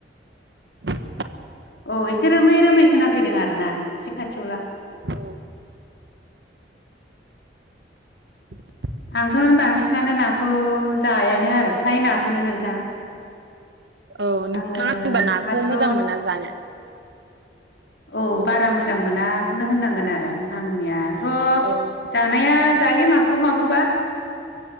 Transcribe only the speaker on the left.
औ एसे रोमै रोमै खोनाफैदों आरो ना एसे खाथियावला।
आंथ' बांसिनानो नाखौ जायानो आरो फ्राय नाखौनो नोंथां।
आङो
माथ्र'
औ बारा मोजां मोनाखौनो होननांगोन आरो। आंनिया थ'
जानाया
जायो माखौबा माखौबा।